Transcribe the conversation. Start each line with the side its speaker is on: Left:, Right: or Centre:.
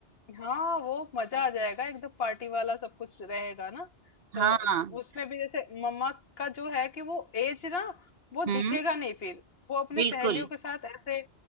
Left: हाँ वो मजा आ हाँ जाएगा एकदम पार्टी वाला सब कुछ रहेगा ना तो
Right: हाँ
Left: उसमें भी जैसे मम्मा का जो है कि वो एज ना वो
Right: हम्म
Left: दिखेगा नहीं फिर वो अपने
Right: बिल्कुल
Left: सहेलियों के साथ ऐसे